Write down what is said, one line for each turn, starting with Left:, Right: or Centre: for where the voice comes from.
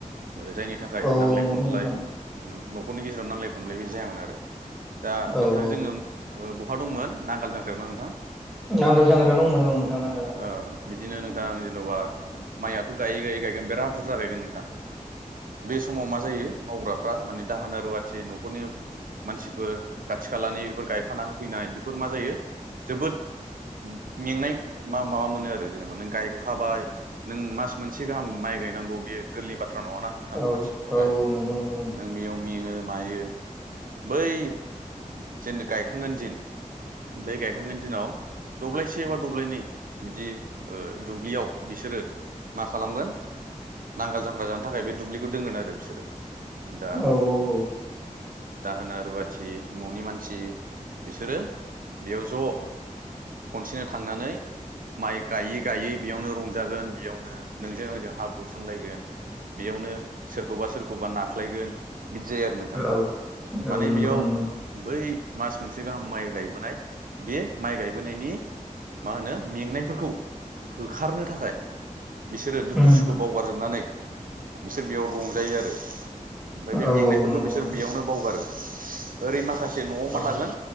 Right: ओ जायनि थाखाय
Centre: औ
Right: नांलाय
Centre: औ नंगौ
Right: खमज्लाय
Centre: नोंथां
Right: ओम नखरनि गेजेराव नांलाय खमलाय बो जायामोन आरो दा
Centre: औ
Right: नोंथां
Centre: औ
Right: जोङो ओ ब अखा दंमोन नांगाल जांखायाव ना नोंथां
Centre: नांगोल जाग्रा दंमोन औं नोंथां नांगोल जाग्रायाव
Right: ओ बिदिनो नोंथां जेनबा माइआथ गायै गायै गायगोन बिराद बुरजा गायगोन नोंथां बे समाव मा जायो मावग्रा माने दाहोना रुवाथि नखरनि मानसिफोर खाथि खालानि बेफोर गायफाना होफैनाय बेफोर मा जायो जोबोद मेंनाय मा-माबा मोनो आरो जेनेबा नों गायखाबाय नों मास मोनसे गाहाम माइ गायनांगौ बेयो गोरलै बाथ्रा नङाना नोंथां
Centre: औ
Right: मानसिनि थाखाय
Centre: औ औ नोंगौ नोंगौ
Right: नों बेयाव मेङो मायो बै जेन गायखांगोन दिन बै गायखांगोन दिनाव दब्लायसे एबा दब्लायनै बिदि ओ दुब्लियाव बिसोरो मा खालामगोन नांगोल जांग्रा जानो थाखाय बे दुब्लिखौ दोनगोन आरो बिसोरो दा
Centre: औ औ औ
Right: दाहोना रुवाथि ननि मानसि बिसोरो बेयाव ज खनसेनो थांनानै माइ गायो गायै बेयावनो रंजागोन बेयावनो नोंजों आंजों हाब्रुफुनलायगोन बेयावनो सोरखौबा सोरखौबा ना खालायगोन बिदि जायो आरो नोंथां
Centre: औ
Right: माने
Centre: औ नंगौ
Right: बेयाव
Centre: नंगौ
Right: बै मास मोनसे गाहाम माइ गायबोनाय बे माइ गायबोनायनि मा होनो मेंनायफोरखौ होखारनो थाखाय बिसोरो दुखु
Centre: उम
Right: सुखु बावगारजोबनानै बिसोर बेयाव रंजायो आरो ओमफ्राय बे
Centre: औ
Right: मेंनायफोरखौ
Centre: औ नंगौ
Right: बिसोर
Centre: नोंथां
Right: बेयावनो बावगारो ओरै माखासे माखासे नआव मा
Centre: औ
Right: थागोन